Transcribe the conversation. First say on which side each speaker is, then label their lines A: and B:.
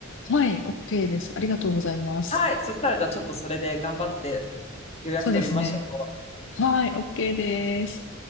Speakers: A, on the left; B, on the left.
A: はい。OK です。ありがとうございます。
B: はい。そしたら、じゃあちょっとそれで頑張って予約取りましょう。
A: そうですね。はい。OK です。